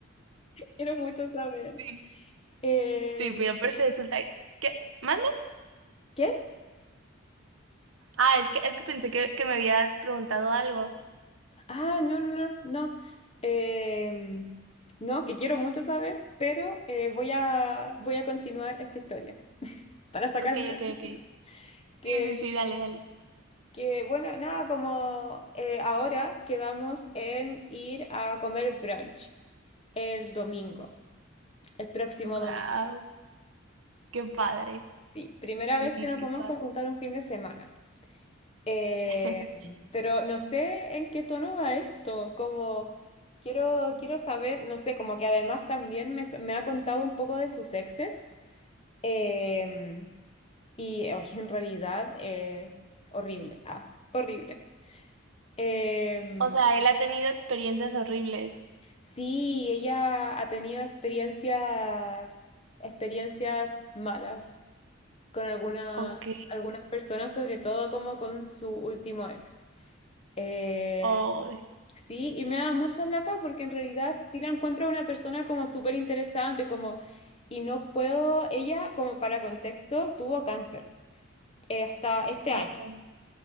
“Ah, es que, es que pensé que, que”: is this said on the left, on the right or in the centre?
Right